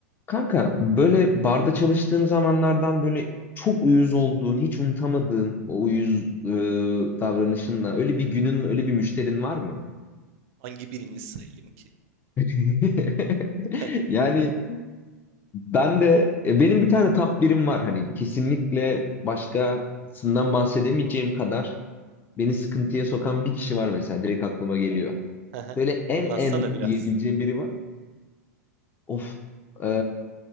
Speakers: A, on the left; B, on the right.
A: Kanka böyle barda çalıştığın zamanlardan böyle çok uyuz olduğun, hiç unutamadığın o uyuz e, davranışınla öyle bir günün, öyle bir müşterin var mı?
B: Hangi birini sayayım ki?
A: <laughs>
B: <laughs>
A: Yani ben de e, benim bir tane top birim var hani kesinlikle başkasından bahsedemeyeceğim kadar beni sıkıntıya sokan bir kişi var mesela direkt aklıma geliyor.
B: Hı hı.
A: Böyle en
B: Anlatsana
A: en
B: biraz.
A: diyebileceğim biri var. Of e,